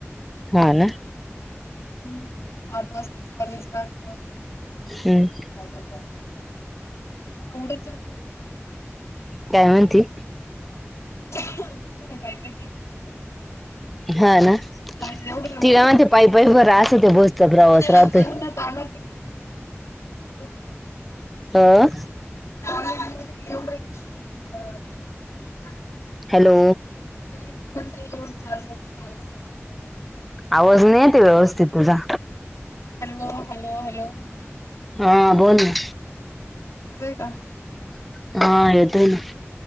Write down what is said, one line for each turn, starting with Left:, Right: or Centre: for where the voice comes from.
Centre: हा ना?
Left: हम आठ वाजताच कॉलेज राहत.
Centre: हम्.
Left: पायी पायी चालत. एवढं चालले.
Centre: काय म्हणती?
Left: पायी पायी चालते <unintelligible>
Centre: हा ना
Left: पण जा एवढं लवकर
Centre: तिला
Left: उठून
Centre: म्हणते
Left: जायचं
Centre: पायी पायी बरा असं ते बसचा प्रवास राहतोय
Left: लवकर <unintelligible> <unintelligible>
Centre: आं?
Left: <inaudible> <unintelligible>
Centre: हॅलो आवाज नाही येते व्यवस्थित तुझा.
Left: हॅलो? हॅलो? हॅलो?
Centre: हा बोल ना.
Left: येतोय का?
Centre: हा, येतोय की.